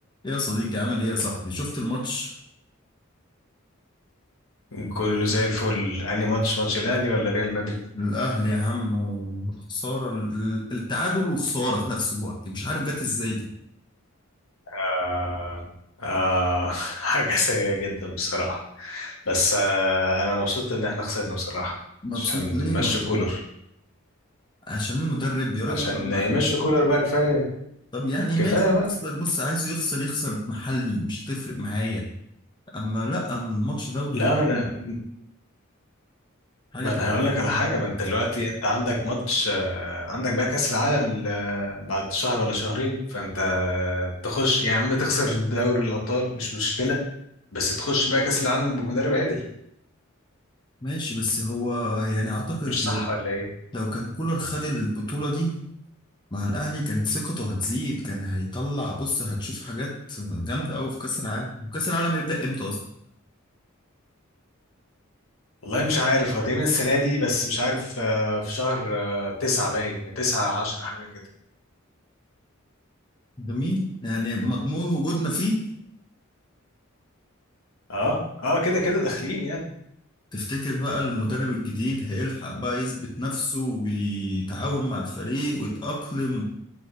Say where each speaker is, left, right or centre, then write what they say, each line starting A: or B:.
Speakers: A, on the left; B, on the left.
A: ايه يا صديقي عامل ايه يا صاحبي شفت الماتش
B: كله زي الفل انهي ماتش ماتش الاهلي ولا ريال مدريد
A: الاهلي يا عم وخساره ال- التعادل وخساره في نفس الوقت مش عارف جت ازاي دي
B: آه آه <laughs> حاجه سيئه جدا بصراحه بس آه انا مبسوط ان احنا خسرنا بصراحه
A: مبسوط
B: عشان
A: ليه
B: يمشي
A: مبسوط
B: كولر
A: عشان المدرب يا راجل
B: عشان
A: حرام
B: يمشي
A: عليك
B: كولر بقى كفايه
A: طب يعني
B: كفايه
A: ماشي
B: بقى
A: يخسر بص عايزه يخسر يخسر محلي مش هتفرق معايا اما لا الماتش دولي
B: لا
A: بقى
B: ما انا
A: حاجه
B: ما
A: تحت
B: انا هقول
A: الأحلام.
B: لك على حاجه ما انت دلوقتي انت عندك ماتش آه، عندك بقى كاس العالم ال- آه، بعد شهر ولا شهرين فانت تخش يا عم تخسر دوري الابطال مش مشكله بس تخش بقى كاس العالم بمدرب عدل
A: ماشي بس هو يعني اعتقد
B: مش صح
A: لو
B: ولا ايه
A: لو كان كولر خد البطوله دي مع الأهلي كانت ثقته هتزيد كان هيطلع بص هتشوف حاجات جامدة أوي في كأس العالم وكأس العالم هيبدأ إمتى أصلا؟
B: والله مش عارف هو تقريبا السنة دي بس مش عارف آه، في شهر آه، تسعة باين يعني تسعة عشرة حاجة كده
A: جميل يعني مضمون وجودنا فيه
B: اه اه كده كده داخلين يعني
A: تفتكر بقى المدرب الجديد هيلحق بقى يثبت نفسه ويتعاون مع الفريق ويتأقلم